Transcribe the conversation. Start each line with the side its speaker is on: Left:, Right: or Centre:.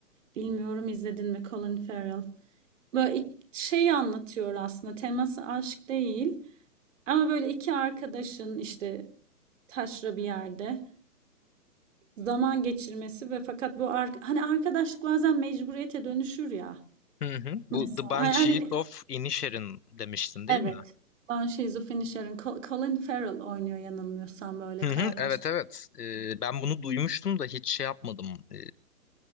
Right: Bilmiyorum izledin mi Colin Farrell? Böyle ik- şey anlatıyor aslında teması aşk değil ama böyle iki arkadaşın işte taşra bir yerde zaman geçirmesi ve fakat bu ar- hani arkadaşlık bazen mecburiyete dönüşür ya
Left: Hı hı. Bu
Right: mesela
Left: The Banshees
Right: hani, hani bir-
Left: of Inisherin demiştin değil
Right: evet
Left: mi?
Right: ben şizofreni Sharon Co- Colin Farrell oynuyor yanılmıyorsam böyle
Left: Hı
Right: kara
Left: hı.
Right: kaşlı
Left: Evet evet. E, ben bunu duymuştum da hiç şey yapmadım. E,